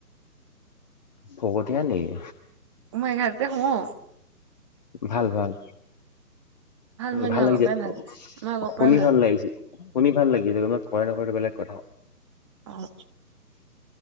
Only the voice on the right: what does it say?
মই এঘাটাতে হোও।
মোৰ এনেও
আগৰ পৰাই মোৰ আগৰ
পৰাই
অ',